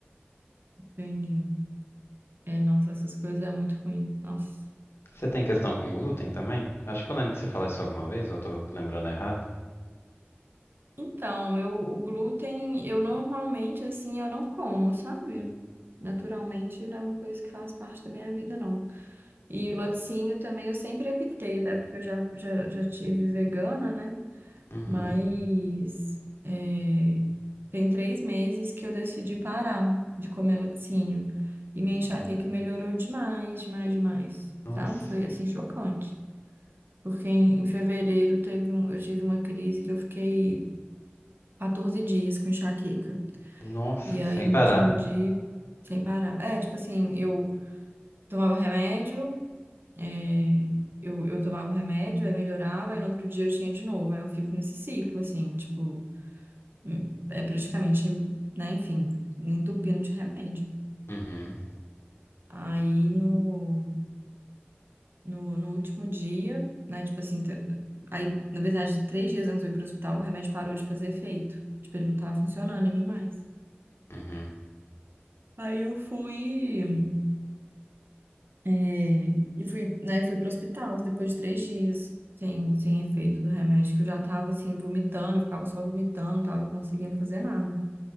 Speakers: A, on the right (about 60°); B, on the left (about 80°).
A: entendi. É, nossa, essas coisas é muito ruim. Nossa.
B: Você tem questão com glúten também? Acho que eu lembro de você falar isso alguma vez, ou eu tô lembrando errado.
A: Então, eu, o glúten, eu normalmente, assim, eu não como, sabe? Naturalmente, não é uma coisa que faz parte da minha vida, não. E o laticínio também eu sempre evitei, até porque eu já, já, já tive vegana, né?
B: Uhum.
A: Mas é, tem três meses que eu decidi parar de comer laticínio. E minha enxaqueca
B: Hum.
A: melhorou demais, demais, demais.
B: Nossa.
A: Sabe? Foi assim chocante. Porque em, em fevereiro teve um, eu tive uma crise que eu fiquei 14 dias com enxaqueca.
B: Nossa,
A: E aí
B: sem
A: no
B: parar.
A: último dia, sem parar. É, tipo assim, eu tomava remédio, é, eu, eu tomava o remédio, aí melhorava, aí no outro dia eu tinha de novo. Aí eu fico nesse ciclo, assim, tipo. Hum, é praticamente, né, enfim, entupindo de remédio.
B: Uhum.
A: Aí no, no, no último dia, né, tipo assim, te- aí na verdade, três dias antes de eu ir pro hospital, o remédio parou de fazer efeito. Tipo, ele não tava funcionando em mim mais.
B: Uhum.
A: Aí eu fui, é, e fui, né, fui pro hospital depois de três dias. Sem, sem efeito do remédio, que eu já tava assim, vomitando, eu ficava só vomitando, não tava conseguindo fazer nada.